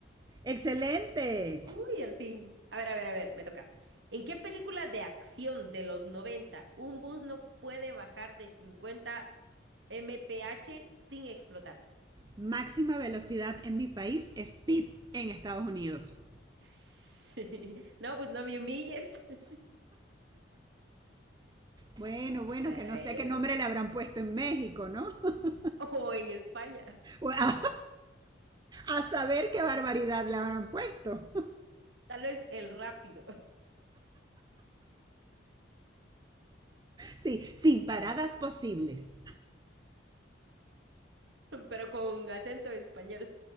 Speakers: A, on the right; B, on the right.
A: Excelente.
B: Uy, al fin. A ver, a ver, a ver, me toca. ¿En qué película de acción de los 90 un bus no puede bajar de 50 mph sin explotar?
A: Máxima velocidad en mi país, speed en Estados Unidos.
B: Sí. <laughs> No, pues no me humilles. <laughs>
A: Bueno, bueno,
B: A ver,
A: que no
B: a ver.
A: sé qué nombre le habrán puesto en México, ¿no? <laughs>
B: O en España.
A: Bueno, A saber qué barbaridad le habrán puesto.
B: Tal vez el rápido. <laughs>
A: Sí, sin paradas
B: A ver,
A: posibles.
B: pero con acento español.